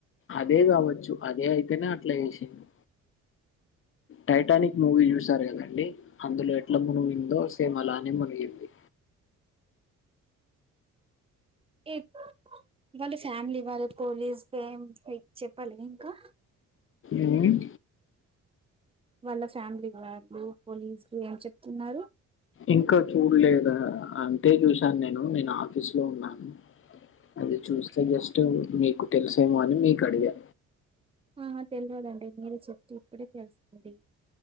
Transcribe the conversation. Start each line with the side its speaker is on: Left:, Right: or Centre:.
Left: అదే కావచ్చు అదే అయితేనే అట్లా చేసింది టైటానిక్ మూవీ చూసారుగా అండి అందులో ఎట్లా మునిగిందో సేమ్ అలానే మునిగింది
Right: ఎం వాళ్ళ ఫ్యామిలీ వాళ్ళ పోలీస్ ఫేమ్ హె చెప్పాలి గా ఇంకా
Left: ఉమ్
Right: వాళ్ళ ఫ్యామిలీ వాళ్లు పోలీసులు ఏం చెప్తున్నారు
Left: ఇంకా చూడలేదా అంతే చూసాను నేను నేను ఆఫీస్ లో ఉన్నాను అది చూస్తే జస్ట్ మీకు తెలిసేమో అని మీకు అడిగా
Right: ఆహ తెలవదండి మీరు చెప్పితే ఇప్పుడే తెలిసింది.